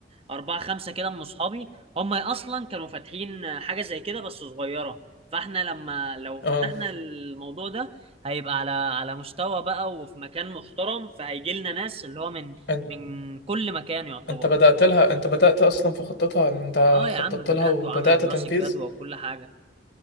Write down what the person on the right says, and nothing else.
واربعه خمسه كده من اصحابي هم اصلا كانوا فاتحين حاجه زي كده بس صغيره فاحنا لما لو فتحنا
الموضوع ده هيبقى على على مستوى بقى وفي مكان محترم فهيجي لنا ناس اللي هو من
من كل مكان يعتبر
اه يا
عم بدأت
وعامل دراسه
جدوى وكل حاجه